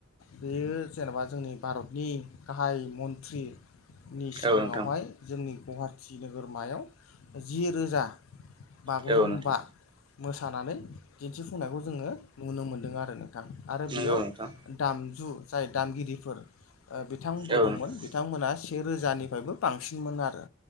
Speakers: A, on the left; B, on the right.
A: बेयो जेनेबा जोंनि भारतनि गाहाय मन्थ्रि नि सिगाङावहाय
B: औ नोंथां
A: जोंनि गुवाहाटि नोगोरमायाव जि रोजा बागुरुमबा
B: औ नोंथां
A: मोसानानै दिन्थिफुंनायखौ जोङो नुनो मोन्दों आरो नोंथां आरो
B: नंगौ
A: बेयाव
B: नोंथां
A: दामजु जाय दामगिरिफोर बिथांमोनबो
B: औ
A: दंमोन
B: नोंथां
A: बिथांमोना से रोजानिफ्रायबो बांसिनमोन आरो